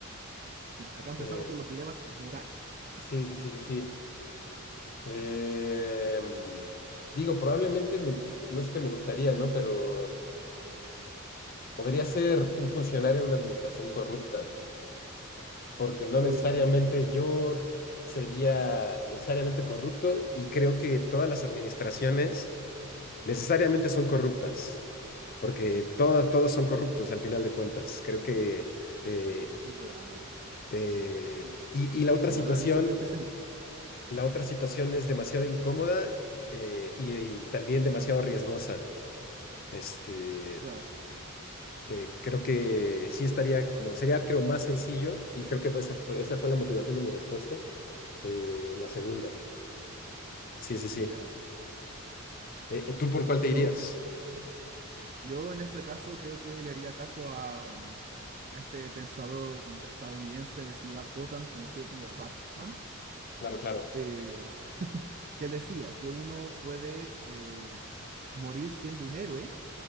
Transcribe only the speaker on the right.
Sí, acá empezamos
con los dilemas morales.
Uh,
claro.
Igual
una visión bien pesimista.
Claro.
Ya.
Yo,
cre- yo en este caso creo que le haría caso a, mm, a este pensador estadounidense de Ciudad Gotham, conocido como Batman,
eh, que decía que uno puede eh, morir siendo un héroe